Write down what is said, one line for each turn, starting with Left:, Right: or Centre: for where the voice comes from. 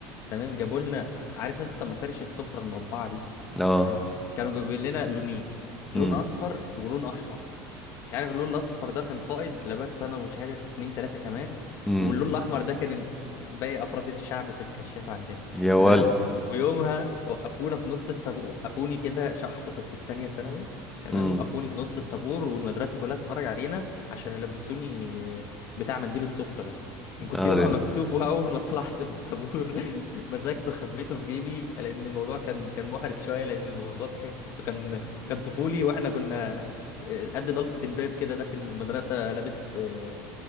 Left: تمام جابوا لنا عارف انت مفارش السفره المربعه دي
Centre: اه
Left: تمام كانوا جايبين لنا لونين لون
Centre: امم
Left: اصفر ولون احمر مش عارف اللون الاصفر ده كان قائد لبست انا ومش عارف اتنين تلاته كمان
Centre: امم
Left: واللون الاحمر ده كان ال- باقي افراد الشعب في الكشافه عندنا
Centre: يا ولا
Left: تمام ويومها وقفونا في نص الطابور وقفوني كده شحط كنت في تانية ثانوي تمام
Centre: امم
Left: وقفوني في نص الطابور والمدرسه كلها تتفرج علينا عشان يلبسوني آه، بتاع منديل السفره ده كنت
Centre: اه
Left: يومها
Centre: ده اسود
Left: مكسوف واول ما طلعت من الطابور <laughs> مسكته خبيته في جيبي لان الموضوع كان كان محرج شويه لان الموضوع تحسه كان كان طفولي واحنا كنا آه، قد ضلفه الباب كده داخل المدرسه لابس آه،